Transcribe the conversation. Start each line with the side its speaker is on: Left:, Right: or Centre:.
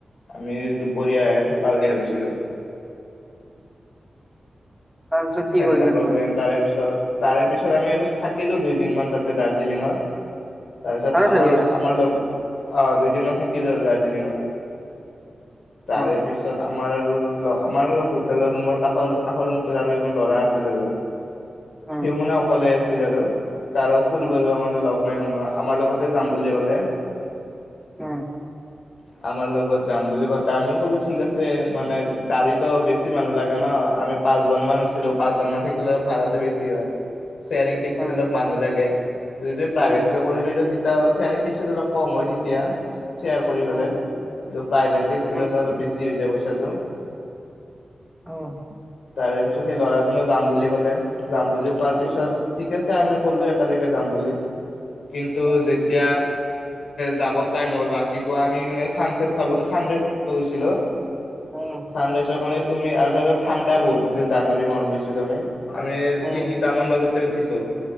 Left: আমি দুপৰীয়াহে থকা বুলি ভাবিছিলোঁ।
Centre: তাৰপিছত কি
Left: সেনেকা
Centre: কৰিলা
Left: প্ৰব্লেম।
Centre: তোমালোকে
Left: তাৰেপিছত, তাৰে পিছত আমি আৰু থাকিলোঁ দুইদিনমান তাতে দাৰ্জিলিঙত। তাৰপিছত
Centre: আৰু
Left: আমাৰো-
Centre: থাকিলা
Left: আমাৰ লগত অ', দুইদিনমান থাকিলোঁ আৰু দাৰ্জিলিঙত। তাৰেপিছত
Centre: অ
Left: আমাৰ আৰু আমাৰ হোটেলৰ ৰুমৰ কাষৰ কাষৰ ৰুমটো আৰু ল'ৰা আছিল আৰু
Centre: উম
Left: সিও মান অকলে আছিল আৰু। তাৰো ফুৰিব
Centre: উম
Left: যাব কাৰণে লগ নাই কোনো আমাৰ লগতে যাম বুলি ক'লে।
Centre: উম।
Left: আমাৰ লগত যাম বুলি কওঁতে আমিও ক'লো ঠিক আছে মানে গাড়ীতো বেছি মানুহ লাগে ন আমি পাঁচজনমান আছ পাঁচজন মান থাকিলে অলপ ভাৰাটো বেছি হয়, শ্বেয়াৰিং টেক্সিত
Centre: উম
Left: অলপ মানুহ লাগে। যদি প্ৰাইভেটকে
Centre: উম
Left: কৰি দিওঁ তেতিয়া শ্বেয়াৰিং টেক্সিত অলপ কম হয়, তেতিয়া। শ্বেয়াৰ কৰি গ'লে,
Centre: উম
Left: কিন্তু প্ৰাইভেট টেক্সি
Centre: উম
Left: ল'লে অলপ বেছি হৈ যায় পইচাটো।
Centre: অ'।
Left: তাৰে পিছত সেই ল'ৰাজনে যাম বুলি ক'লে যাম বুলি কোৱাৰ
Centre: উম
Left: পিছত ঠিক আছে আমি ক'লো একেলগে যাম বুলি। কিন্তু
Centre: উম
Left: যেতিয়া যাবত টাইম হ'ল, ৰাতিপুৱা আমি মানে চানচেট চাব চানৰাইজ চাব গৈছিলোঁ
Centre: উম
Left: চানৰাইজৰ কাৰণে তুমি আৰু তাতে ঠাণ্ডা বহুত আছিল জানুৱাৰী মাহত গৈছিলোঁ আমি। আমি
Centre: উম
Left: তিনিটামান বজাতে উঠিছোঁ,